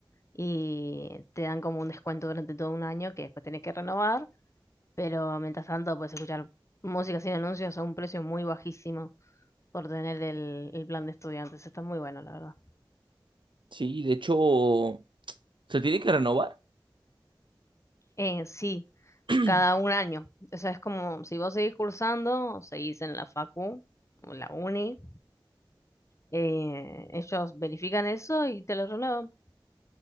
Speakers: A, on the left; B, on the right.
A: y te dan como un descuento durante todo un año que después tenés que renovar, pero mientras tanto puedes escuchar música sin anuncios a un precio muy bajísimo por tener el, el plan de estudiantes. Está muy bueno, la verdad.
B: Sí, de hecho, se tiene que renovar.
A: Eh, sí.
B: <clears throat>
A: cada un año. O sea, es como si vos seguís cursando, o seguís en la facu o en la uni, eh, ellos verifican eso y te lo renuevan.